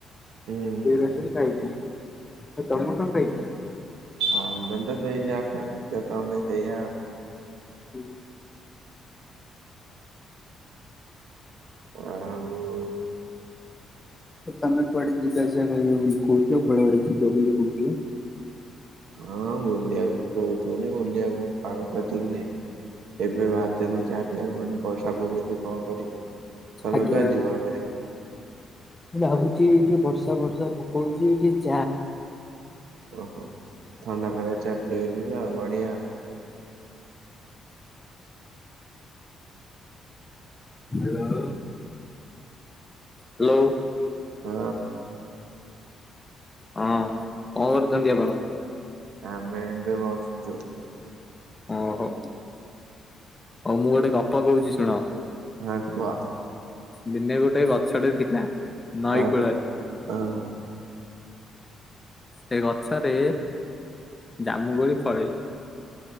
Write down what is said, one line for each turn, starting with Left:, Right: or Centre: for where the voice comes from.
Right: ହୁଁ
Left: ସେଇରା କରି ଖାଇଥିଲି। ଆ ତମେ କଣ ଖାଇଥିଲ?
Right: ହଁ ମୁଁ ତ ସେଇ ଯାହା ଖାଇଥିଲି ତମେ ସେୟା ଆଉ।
Left: ହୁଁ।
Right: ଆଉ
Left: ତମେ କୁଆଡେ ଯିବା ଆସିବା କରିବ ବୋଲି କହୁଥିଲ, କୁଆଡେ ଗୋଟେ ଯିବ ବୋଲି କହୁଥିଲ?
Right: ହଁ ବୁଲିବାକୁ କହୁଥିଲି, ବୁଲିବାକୁ ପାଗ ଟା ଠିକ ନାହିଁ। ଏବେ ବାହାରିଥିନୁ ଚାହା ପିଇଆକୁ, କହିନୁ ବର୍ଷା ପକଉଚି କଣ କରିବୁ? ତମେ
Left: ଆଜ୍ଞା।
Right: କୁଆଡେ ଯିବ ଏବେ
Left: ଭାବୁଛିି ଟିକେ ବର୍ଷା ଫର୍ଷା ପକଉଚି ଟିକେ ଚା
Right: ଓହୋ। ଥଣ୍ଡା ପାଗରେ ଚା ପିଇବାକୁ ଯିବେ ଆଉ, ବଢିଆ ଆଉ।
Left: ହ୍ୟାଲୋ। ହ୍ୟାଲୋ।
Right: ହଁ
Left: ହଁ। କଣ କରୁଚନ୍ତି ଆପଣ?
Right: ଆମେ ଏବେ ବସଛୁ
Left: ଓହୋ। ହଉ ମୁଁ ଗୋଟେ ଗପ କହୁଛି ଶୁଣ।
Right: ହଁ କୁହ
Left: ଦିନେ ଗୋଟେ ଗଛଟେ ଥିଲା, ନଈ
Right: ଆଉ
Left: କୂଳରେ।
Right: ହଁ
Left: ସେ ଗଛରେ ଜାମୁକୋଳି ଫଳେଇ।